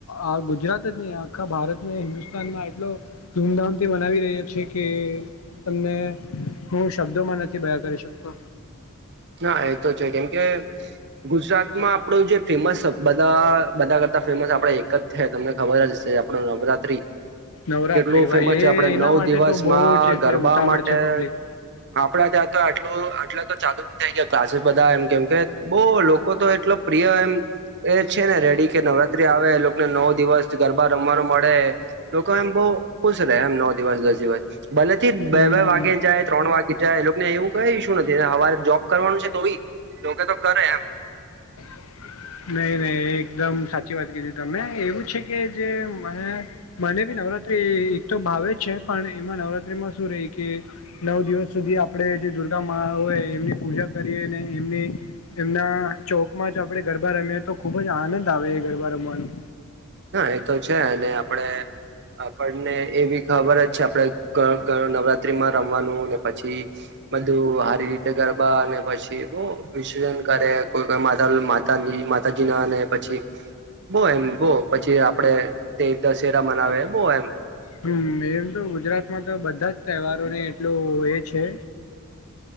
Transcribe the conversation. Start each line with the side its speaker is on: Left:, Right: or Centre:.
Left: આ ગુજરાત જ નહીં આખા ભારતને હિન્દુસ્તાનમાં એટલો ધૂમધામથી મનાવી રહ્યા છે કે તમને હું શબ્દોમાં નથી બયા કરી શકતો.
Right: હા એતો છે. કેમ કે ગુજરાતમાં આપણું જે ફેમસ બધા બધા કરતા ફેમસ આપણે એક જ થે તમને ખબર જ હશે આપણો નવરાત્રિ.
Left: નવરાત્રી
Right: કેટલું
Left: ભાઈ
Right: ફેમસ છે.
Left: એ
Right: આપણે
Left: એના
Right: નવ
Left: માટે
Right: દિવસમાં
Left: તો બહુ જ એટલે
Right: ગરબા
Left: ઉતાવળ
Right: માટે
Left: છે પબ્લિક
Right: આપણા ત્યાં તો આટલું આટલા તો <inaudible> <inaudible> ક્લાસીસ બધા એમ કેમ કે બહુ લોકો તો એટલો પ્રિય એમ એ છે ને રેડી કે નવરાત્રી આવે લોકને નવ દિવસ ગરબા રમવાનું મળે. લોકો એમ બહુ ખુશ રહે એમ નવ દિવસ, દસ દિવસ. બલે થી બે
Left: હમ
Right: બે વાગે જાય, ત્રણ વાગે જાય એ લોકોને એવું કઈ ઇસ્યુ નથી ને હવારે જોબ કરવાનું છે તો બી લોક તો કરે એમ.
Left: <inaudible> નઈ નઈ એકદમ સાચી વાત કીધી તમે એવું છે કે જે મને મને બી નવરાત્રી એક તો ભાવે છે પણ એમાં નવરાત્રીમાં શું રઈ કે નવ દિવસ સુધી આપડે જે દુર્ગામાં હોય એમની પૂજા કરીએ ને એમની એમના ચોકમાં જો આપડે ગરબા રમીએ તો ખુબ જ આનંદ આવે એ ગરબા રમવાનું.
Right: હન, એ તો છે અને આપડે આપડને એવી ખબર જ છે આપડે ગ ગ નવરાત્રીમાં રમવાનું ને પછી બધુ હારી રીતે ગરબા અને પછી બોઉ વિસરન કરે કોઈ કોઈ માતા મા તાલિ માતાજીના અને પછી બો એમ બો પછી આપડે તે દશેરા મનાવે, બોઉ એમ.
Left: હમ્મ, એમ તો ગુજરાતમાં તો બધા જ તહેવારોને એટલું એ છે.